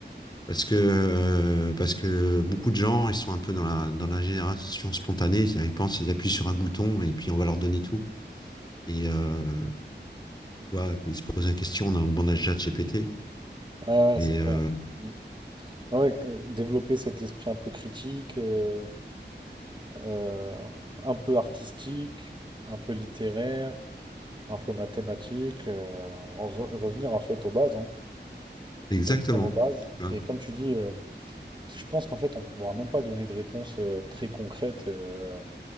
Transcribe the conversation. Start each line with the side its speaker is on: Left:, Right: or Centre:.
Left: Parce que, euh, parce que beaucoup de gens, ils sont un peu dans la, dans la génération spontanée. C'est-à-dire, Ils pensent, ils appuient sur un bouton et puis on va leur donner tout. Et, euh, et, tu vois, ils se posent une question, on en demande à ChatGPT.
Right: Ouais, ouais,
Left: Mais
Right: c'est vrai.
Left: euh,
Right: Mm. Ouais, que- développer cet esprit un peu critique, euh, euh, un peu artistique, un peu littéraire. un peu mathématiques, euh, en re- revenir en fait aux bases, hein.
Left: exactement.
Right: Revenir aux bases.
Left: Tu vois.
Right: Et comme tu dis, euh, je pense qu'en fait, on ne pourra même pas donner de réponse euh, très concrète euh,